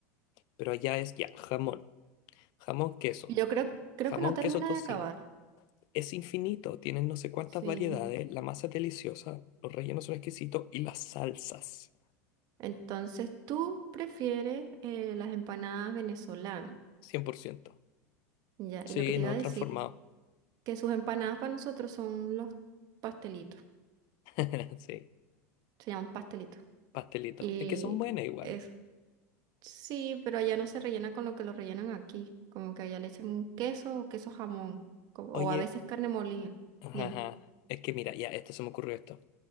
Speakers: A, on the left; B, on the right.
A: Pero allá es ya, jamón. Jamón queso.
B: Y Yo creo, creo
A: Jamón
B: que no termina
A: queso tocino.
B: de acabar,
A: Es infinito, tienen no sé cuántas
B: sí.
A: variedades, la masa es deliciosa, los rellenos son exquisitos y las salsas,
B: Entonces, tú prefieres eh, las empanadas venezolanas,
A: 100%.
B: ya,
A: Sí,
B: y lo que te
A: no,
B: iba a decir
A: transformado.
B: que sus empanadas para nosotros son los pastelitos,
A: <laughs> Sí,
B: se llaman pastelitos.
A: pastelitos.
B: Y
A: Es que son buenas igual.
B: eso. Sí, pero allá no se rellena con lo que lo rellenan aquí, como que allá le echan queso o queso jamón, como- o
A: Oye,
B: a veces carne molida.
A: ajá,
B: Dime.
A: ajá, es que mira, ya, esto se me ocurrió esto.